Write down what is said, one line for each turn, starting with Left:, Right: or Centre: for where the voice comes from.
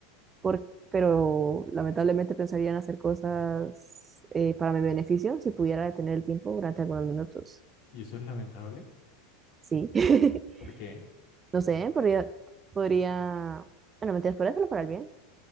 Right: por- pero lamentablemente pensaría en hacer cosas eh, para mi beneficio si pudiera detener el tiempo durante algunos minutos.
Left: Y eso es lamentable.
Right: Sí, <laughs>
Left: ¿Por qué?
Right: no sé, podría, podría, bueno, mentiras, podría hacerlo para el bien.